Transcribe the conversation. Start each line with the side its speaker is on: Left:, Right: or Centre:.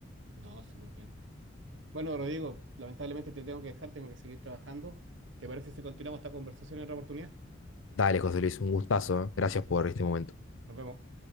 Right: No, súper bien. Bueno, Rodrigo, lamentablemente te tengo que dejar, tengo que seguir trabajando. ¿Te parece si continuamos esta conversación en otra oportunidad?
Left: Dale, José Luis, un gustazo, ¿eh? Gracias por este momento.
Right: Nos vemos.